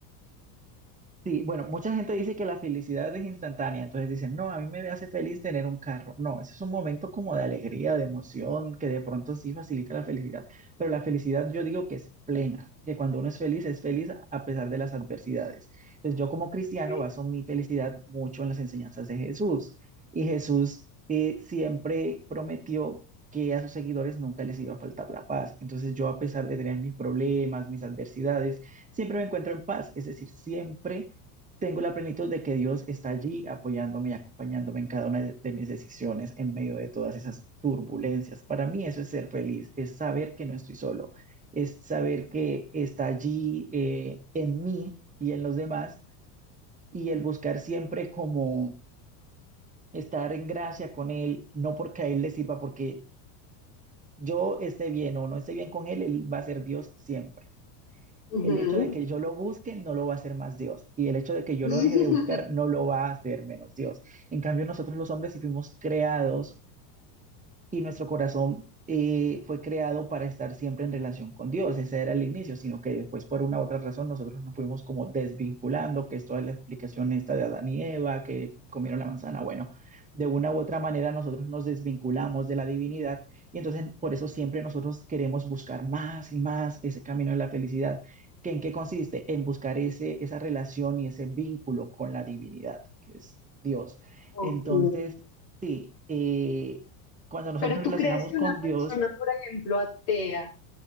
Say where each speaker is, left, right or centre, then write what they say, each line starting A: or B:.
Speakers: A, on the right (about 15°); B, on the left (about 75°).
A: Sí, bueno, mucha gente dice que la felicidad es instantánea, entonces dicen, no, a mí me hace feliz tener un carro. No, ese es un momento como de alegría, de emoción, que de pronto sí facilita la felicidad, pero la felicidad yo digo que es plena, que cuando uno es feliz, es feliz a pesar de las adversidades. Entonces yo como cristiano
B: Sí.
A: baso mi felicidad mucho en las enseñanzas de Jesús y Jesús eh, siempre prometió que a sus seguidores nunca les iba a faltar la paz. Entonces yo a pesar de tener mis problemas, mis adversidades, siempre me encuentro en paz, es decir, siempre tengo la plenitud de que Dios está allí apoyándome y acompañándome en cada una de de mis decisiones en medio de todas esas turbulencias. Para mí eso es ser feliz, es saber que no estoy solo, es saber que está allí eh, en mí y en los demás y el buscar siempre como estar en gracia con Él, no porque a Él le sirva, porque yo esté bien o no esté bien con Él, Él va a ser Dios siempre.
B: Ujú.
A: el hecho de que yo lo busque no lo va a hacer más Dios y el hecho de que yo
B: <laughs>
A: lo deje de buscar no lo va a hacer menos Dios. En cambio, nosotros los hombres sí fuimos creados y nuestro corazón eh, fue creado para estar siempre en relación con Dios. Ese era el inicio, sino que después por una u otra razón nosotros nos fuimos como desvinculando, que es toda la explicación esta de Adán y Eva, que comieron la manzana. Bueno, de una u otra manera nosotros nos desvinculamos de la divinidad y entonces por eso siempre nosotros queremos buscar más y más ese camino de la felicidad. ¿Que en qué consiste? En buscar ese, esa relación y ese vínculo con la divinidad, que es Dios.
B: Ok.
A: Entonces, sí, eh, cuando nosotros
B: Pero
A: nos
B: ¿tú
A: relacionamos
B: crees que
A: con
B: una persona,
A: Dios,
B: por ejemplo, atea,